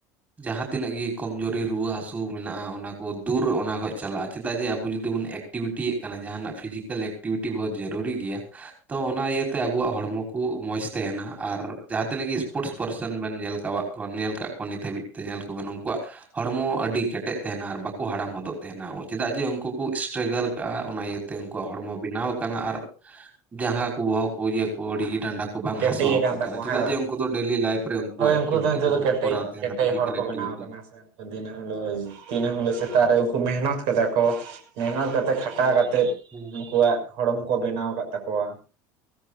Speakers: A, on the right; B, on the right.
A: ᱡᱟᱦᱟᱸ ᱛᱤᱱᱟᱹᱜ ᱜᱤ ᱠᱚᱢᱡᱩᱨᱤ ᱨᱩᱣᱟᱹ ᱦᱟᱹᱥᱩ ᱢᱮᱱᱟᱜ-ᱟ ᱚᱱᱟ ᱠᱚ ᱫᱩᱨ ᱚᱱᱟ ᱠᱷᱚᱡᱽ ᱪᱟᱞᱟᱜ-ᱟ ᱪᱮᱫᱟᱜ ᱡᱮ ᱟᱵᱚ ᱡᱩᱫᱤ ᱵᱚᱱ ᱮᱠ ᱮᱠᱴᱤᱵᱷᱤᱴᱤᱭᱮᱫ ᱠᱟᱱᱟ ᱡᱟᱦᱟᱸᱱᱟᱜ ᱯᱷᱤᱡᱤᱠᱮᱞ ᱮᱠᱴᱤᱵᱷᱤᱴᱤ ᱵᱚᱦᱩᱛ ᱡᱟᱨᱩᱨᱤ ᱜᱮᱭᱟ ᱛᱚ ᱚᱱᱟ ᱤᱭᱟᱹᱛᱮ ᱟᱵᱚᱣᱟᱜ ᱦᱚᱲᱢᱚ, ᱠᱩ ᱢᱚᱡᱽ ᱛᱮ ᱦᱮᱱᱟᱜ-ᱟ ᱟᱨ ᱡᱟᱦᱟᱸ ᱛᱤᱱᱟᱹᱜ ᱜᱮ ᱥᱯᱳᱨᱴᱥ ᱯᱟᱨᱥᱮᱱ ᱵᱮᱱ ᱧᱮᱞ ᱠᱟᱫ ᱠᱚᱣᱟ ᱧᱮᱞ ᱠᱟᱫ ᱠᱚᱣᱟ ᱱᱤᱛ ᱦᱟᱹᱵᱤᱡ ᱧᱮᱞ ᱠᱚᱵᱤᱱ ᱩᱱᱠᱩᱣᱟᱜ ᱦᱚᱲᱢᱚ ᱟᱹᱰᱤ ᱠᱮᱴᱮᱡ ᱛᱟᱦᱮᱱᱟ ᱟᱨ ᱵᱟᱠᱚ ᱦᱟᱲᱟᱢ ᱦᱚᱫᱚᱜ ᱛᱟᱦᱮᱱᱟ ᱪᱮᱫᱟᱜ ᱡᱮ ᱩᱱᱠᱩ ᱠᱚ ᱥᱴᱨᱜᱟᱞ ᱠᱟᱜ-ᱟ ᱚᱱᱟ ᱤᱭᱟᱹ ᱛᱮ ᱩᱱᱠᱩᱣᱟᱜ ᱦᱚᱲᱢᱚ ᱵᱮᱱᱟᱣ ᱟᱠᱟᱱᱟ ᱟᱨ ᱡᱟᱸᱜᱟ ᱠᱚ ᱵᱚᱦᱚᱜ ᱠᱚ ᱠᱚ ᱟᱣᱲᱤ ᱰᱟᱸᱰᱟ ᱠᱚ ᱵᱟᱝ
B: ᱠᱮᱴᱮᱡ
A: ᱦᱟᱹᱥᱩ
B: ᱟᱠᱟᱱ
A: ᱠᱚ
B: ᱛᱟᱠᱚᱣᱟ
A: ᱛᱟᱦᱮᱸᱱᱟ ᱪᱮᱫᱟᱜ
B: ᱦᱮᱸ ᱵᱟᱝ
A: ᱡᱮ ᱩᱱᱠᱩ ᱫᱚ ᱰᱮᱞᱤ ᱞᱟᱭᱤᱯᱷ ᱨᱮ ᱩᱱᱠᱩᱣᱟᱜ
B: ᱦᱳᱭ
A: ᱮᱠᱴᱤᱵᱷᱤᱴᱤ
B: ᱩᱱᱠᱩ ᱫᱚ ᱱᱤᱛᱚᱜ ᱫᱚ ᱠᱮᱴᱮᱡ
A: ᱠᱚᱨᱟᱣ ᱛᱟᱦᱮᱱᱟ
B: ᱠᱮᱴᱮᱡ
A: ᱯᱷᱤᱡᱤᱠᱮᱞ
B: ᱦᱚᱲ ᱠᱚ
A: ᱮᱠᱴᱤᱣᱮᱴᱤ
B: ᱵᱮᱱᱟᱣ ᱟᱠᱟᱱᱟ ᱥᱮ ᱩᱱᱠᱩ ᱫᱤᱱᱟᱹᱢ ᱦᱤᱞᱳ ᱫᱤᱱᱟᱹᱢ ᱦᱤᱞᱳᱜ ᱥᱮ ᱥᱮᱛᱟᱜ ᱨᱮ ᱩᱱᱠᱩ ᱢᱮᱦᱱᱚᱛ ᱠᱟᱫᱟ ᱠᱚ ᱢᱮᱦᱱᱚᱛ ᱠᱟᱛᱮ ᱠᱷᱟᱴᱟᱣ ᱠᱟᱛᱮᱫ
A: ᱦᱩᱸ
B: ᱩᱱᱠᱩᱣᱟᱜ ᱦᱚᱲᱚᱢ ᱠᱚ ᱵᱮᱱᱟᱣ ᱠᱟᱫ ᱛᱟᱠᱚᱣᱟ᱾